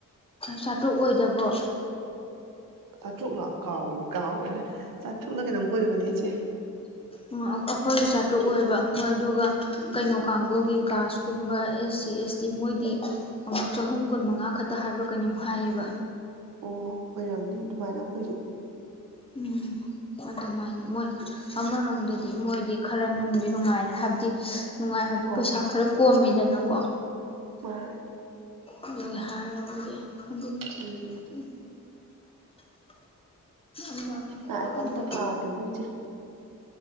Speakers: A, on the left (about 15°); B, on the right (about 85°).
A: ꯆꯥꯊꯣꯛꯑꯣꯏꯗꯕꯣ
B: ꯆꯥꯇ꯭ꯔꯛ ꯂꯥ ꯀꯥꯎ ꯀꯥꯎꯔꯦꯅꯦ ꯆꯥꯇ꯭ꯔꯨꯛꯂꯥ ꯀꯩꯅꯣꯝ ꯑꯣꯏꯕꯅꯦ ꯏꯆꯦ
A: ꯑꯝ ꯑꯥ ꯑꯩꯈꯣꯏꯒꯤ ꯆꯥꯇ꯭ꯔꯨꯛ ꯑꯣꯏꯕ ꯃꯣꯏ ꯑꯗꯨꯒ ꯀꯩꯅꯣ ꯀꯥꯒꯨꯒꯤ ꯀꯥꯁꯀꯨꯝꯕ ꯑꯦꯁ ꯁꯤ ꯑꯦꯁ ꯇꯤ ꯃꯣꯏꯗꯤ ꯑꯃꯨꯛ ꯆꯍꯨꯝ
B: ꯎꯝ
A: ꯀꯨꯟꯃꯉꯥ ꯈꯛ ꯇ ꯍꯥꯏꯕ꯭ꯔ ꯀꯩꯅꯣꯝ ꯍꯥꯏꯌꯦꯕ
B: ꯑꯣ ꯑꯣꯏꯔꯝꯅꯤ ꯑꯗꯨꯃꯥꯏꯅ ꯑꯩꯈꯣꯏꯁꯨ
A: ꯎꯝ ꯑꯗꯨꯃꯥꯏꯅ ꯃꯣꯏ ꯑꯃꯔꯣꯝꯗꯗꯤ ꯃꯣꯏꯗꯤ ꯈꯔ ꯅꯨꯡꯗꯤ ꯅꯨꯡꯉꯥꯏꯔꯦ ꯍꯥꯏꯕꯗꯤ ꯅꯨꯡꯉꯥꯏ ꯍꯥꯏꯕ
B: ꯍꯣꯏ
A: ꯄꯩꯁꯥ ꯈꯔ ꯀꯣꯝꯃꯤ ꯗꯅꯥ ꯀꯣ
B: ꯃꯥꯅꯦ
A: ꯑꯥꯗꯨꯏ ꯍꯥꯏꯔꯨꯔꯒꯗꯤ ꯐꯂ
B: ꯎꯝ
A: ꯎ ꯑꯃ
B: ꯂꯥꯏꯔꯤꯛ
A: ꯈꯪꯗꯦ
B: ꯑꯝꯇ ꯄꯥꯗ꯭ꯔꯤꯕꯣ ꯏꯆꯦ